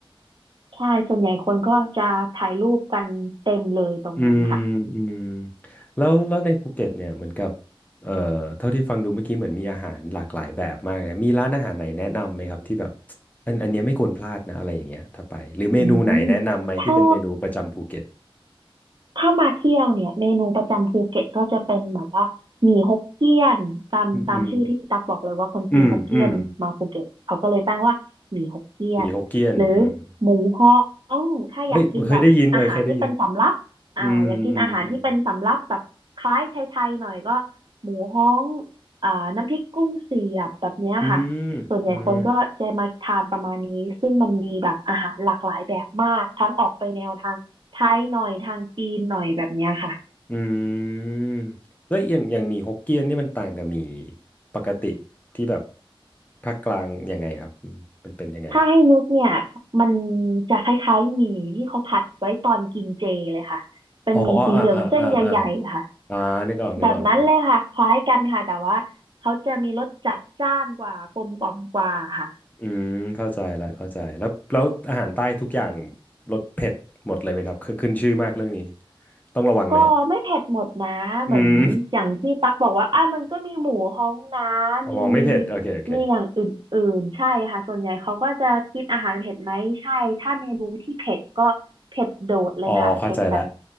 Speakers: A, on the right; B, on the left.
A: ใช่ส่วนใหญ่คนก็จะถ่ายรูปกันเต็มเลยตรงนั้นค่ะ
B: อืมอืมแล้วแล้วในภูเก็ตเนี่ยเหมือนกับเอ่อเท่าที่ฟังดูเมื่อกี้เหมือนมีอาหารหลากหลายแบบมากเลยมีร้านอาหารไหนแนะนำไหมครับที่แบบอันอันเนี้ยไม่ควรพลาดนะอะไรอย่างเงี้ยถ้าไปหรือเมนูไหนแนะนำไหมที่เป็นเมนูประจำภูเก็ต
A: อืมถ้า ถ้ามาเที่ยวเนี่ยเมนูประจำภูเก็ตก็จะเป็นแบบว่าหมี่ฮกเกี้ยนตามตามชื่อที่ตักบอกเลยว่าคนจีนฮกเกี้ยนมาภูเก็ตเขาก็เลยตั้งว่าหมี่ฮกเกี้ยนหรือหมูฮ้องถ้าอยากกินแบบอาหารที่เป็นสำรับอ่าอยากกินอาหารที่เป็นสำรับแบบคล้ายไทยๆหน่อยก็หมูฮ้อง
B: อืมอืมอืมอืมมีฮกเกี้ยนอืมเอ้ยเคยได้ยินเออเคยได้ยินอืมอืมอืม
A: อ่าน้ำพริกกุ้งเสียบแบบเนี้ยค่ะ
B: อืม
A: ส่วนใหญ่คนก็จะมาทานประมาณนี้ซึ่งมันมีแบบอาหารหลากหลายแบบมากทั้งออกไปแนวทาง
B: อืม
A: ไทยหน่อยทางจีนหน่อยแบบเนี้ยค่ะ
B: อืมแล้วอย่างอย่างหมี่ฮกเกี้ยนนี่มันต่างกับหมี่ปกติที่แบบภาคกลางยังไงครับอืมมันเป็นยังไงเหรอ
A: ถ้าให้นึกเนี่ยมันจะคล้ายๆหมี่ที่เขาผัดไว้ตอนกินเจเลยค่ะ เป็นหมี่สีเหลืองเส้นใหญ่ๆค่ะ
B: อ๋ออ๋ออ่าอ่าอ่าอ่าอ่านึกออกนึกออกนึกออก
A: แบบนั้นเลยค่ะคล้ายกันค่ะแต่ว่าเขาจะมีรสจัดจ้านกว่ากลมกล่อมกว่าค่ะ
B: อืมเข้าใจละเข้าใจแล้วแล้วอาหารใต้ทุกอย่างรสเผ็ดหมดเลยไหมครับคือขึ้นชื่อมากเรื่องนี้ต้องระวังไหมฮะ
A: ก็ไม่เผ็ดหมดนะเหมือนอย่างที่ตักบอกว่าอ่ะมันก็มีหมูฮ้องนะ
B: อืม <laughs> อ๋อไม่เผ็ดโอเคโอเค
A: มีมีอย่างอื่นๆใช่ค่ะส่วนใหญ่เขาก็จะกินอาหารเผ็ดไหมใช่ถ้าเมนูที่เผ็ดก็เผ็ดโดดเลยค่ะเผ็ดแบบ
B: อ๋อเข้าใจละ